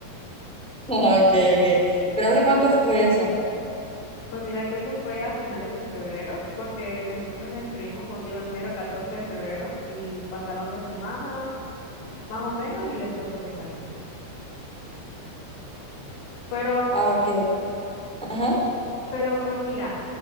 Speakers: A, in the centre; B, on the left (about 80°).
A: <laughs> Ah, Ok, ok. ¿Pero hace cuánto fue eso?
B: Pues mira que eso fue a finales de febrero, porque nosotros nos escribimos, como te digo, el mero 14 de febrero y pasaron dos semanas más o menos y después fue que salimos. Pero,
A: Ah, ok. Ajá.
B: pero pues mira,